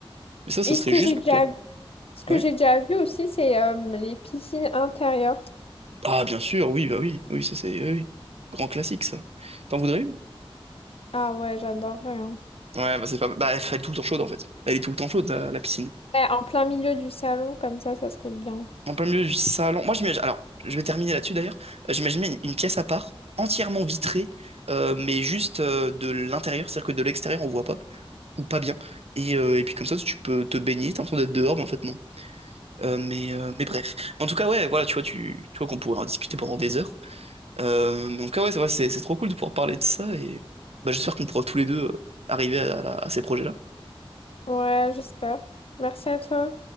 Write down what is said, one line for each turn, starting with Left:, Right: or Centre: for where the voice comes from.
Right: mais ça, ça
Left: Et
Right: serait
Left: ce que
Right: juste
Left: j'ai
Right: pour
Left: déjà
Right: toi.
Left: ce que
Right: Ouais.
Left: j'ai déjà vu aussi, c'est euh, les piscines intérieures.
Right: Ah, bien sûr, oui, bah oui, oui, ça c'est, oui, oui. Grand classique, ça. T'en voudrais une?
Left: Ah ouais, j'adorerais. hein.
Right: Ouais, bah c'est pas, bah elle est tout le temps chaude en fait. Elle est tout le temps chaude, la, la piscine.
Left: Ouais, en plein milieu du salon, comme ça, ça serait bien.
Right: En plein milieu du salon. Moi, j'imagine, alors, je vais terminer là-dessus d'ailleurs. Euh, J'imaginais une, une pièce à part, entièrement vitrée, euh, mais juste euh, de l'intérieur, c'est-à-dire que de l'extérieur on voit pas, ou pas bien. Et, euh, et puis comme ça, tu peux te baigner, t'as l'impression d'être dehors, mais en fait non. Euh, mais, euh, mais bref. En tout cas, ouais, voilà, tu vois, tu, tu vois qu'on pourrait en discuter pendant des heures. Euh, donc ah ouais, c'est vrai, c'est c'est trop cool de pouvoir parler de ça et bah, j'espère qu'on pourra tous les deux euh, arriver à à- à ces projets-là.
Left: Ouais, j'espère. Merci à toi.